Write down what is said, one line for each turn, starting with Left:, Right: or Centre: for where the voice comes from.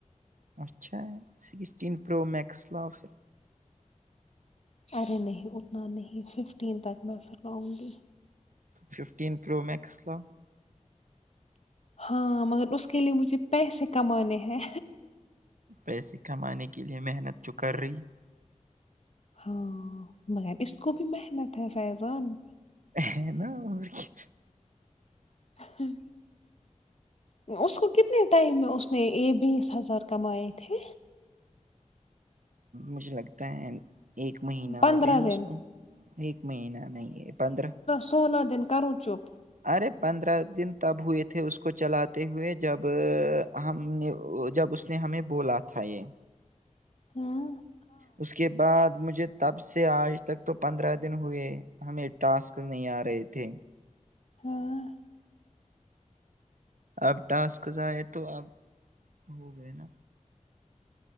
Right: اچھا سکسٹین پرو میکس لاو پھر
Left: ارے نہیں اتنا نہیں ففٹین تک میں پھرراؤں گی
Right: ففٹین پرو میکس لاو
Left: ہاں مگر اس کے لیے مجھے پیسے کمانے ہیں
Right: پیسے کمانے کے لیے محنت جو کر رہی
Left: ہاں مگر اس کو بھی محنت ہے فیضان
Right: ہےنا <unintelligible>
Left: ہاں <unintelligible> اس کو کتنے ٹائم میں اس نے بیس ہزار کمائے تھے
Right: مجھے لگتا ہے ایک مہینہ
Left: پندرہ
Right: ہو گیا اس
Left: دن
Right: کا ایک مہینہ نہیں ہے پندرہ
Left: سولہ دن کرو چپ
Right: ارے پندرہ دن تب ہوئے تھے اس کو چلاتے ہوئے جب ہم نے جب اس کہ ہمیں بولا تھا یہ
Left: ہوں <unintelligible>
Right: اس کے بعد مجھے تب سے آج تک تو پندرہ دن ہوئے ہمیں ٹاسک نہیں آ رہے تھے
Left: ہاں <unintelligible>
Right: آپ ٹاسکزائیں تو آپ ہو گئے نا